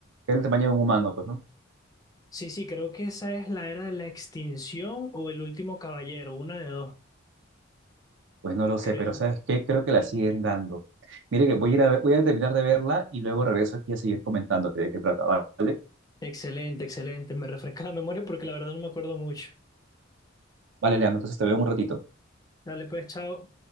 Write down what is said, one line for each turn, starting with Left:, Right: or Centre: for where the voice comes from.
Right: Es el tamaño de un humano, pues, ¿no?
Left: Sí, sí, creo que esa es la era de la extinción o el último caballero, una de dos,
Right: Pues no lo sé,
Left: creo.
Right: pero ¿sabes qué? Creo que la siguen dando. Mire que voy a ir a ver- voy a terminar de verla y luego regreso aquí a seguir comentándote de qué trata, ¿vale?
Left: Excelente, excelente, me refresca la memoria porque la verdad no me acuerdo mucho.
Right: Vale, Leandro, entonces te veo en un ratito.
Left: Dale, pues, chao.